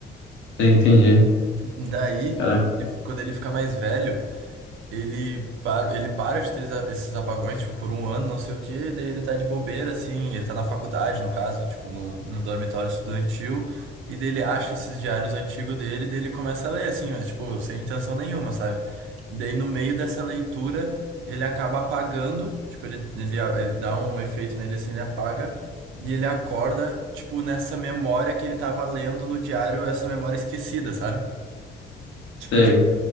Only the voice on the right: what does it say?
Daí,
quando ele quando ele fica mais velho... Ele para, ele para de ter esa- esses apagões, tipo, por um ano, não sei o quê, daí ele tá de bobeira, assim, ele tá na faculdade, no caso, tipo, no, no dormitório estudantil, e daí ele acha esses diários antigos dele, daí ele começa a ler, assim, mas, tipo, sem intenção nenhuma, sabe? Daí no meio dessa leitura, ele acaba apagando, tipo, ele, ele, a- ele dá um efeito nele, assim, ele apaga, e ele acorda, tipo, nessa memória que ele tava lendo no diário, essa memória esquecida, sabe? Tipo,